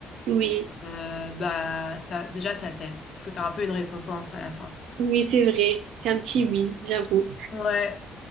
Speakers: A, on the right; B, on the left.
A: Oui,
B: euh, bah, ça, déjà, ça t'aide parce que t'as un peu une récompense à la fin.
A: oui, c'est vrai. C'est un petit win, j'avoue.
B: Ouais.